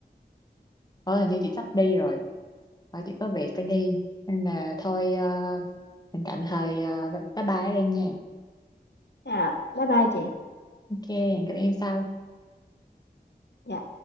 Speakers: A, on the left; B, on the left.
A: Ờ, ờ, hình như chị sắp đi rồi. Ờ, chị có việc phải đi. Nên là thôi, ờ, mình tạm thời ờ, bye bye ở đây nha.
B: Thế à, bye bye chị
A: Ok, hẹn gặp em sau.
B: Dạ.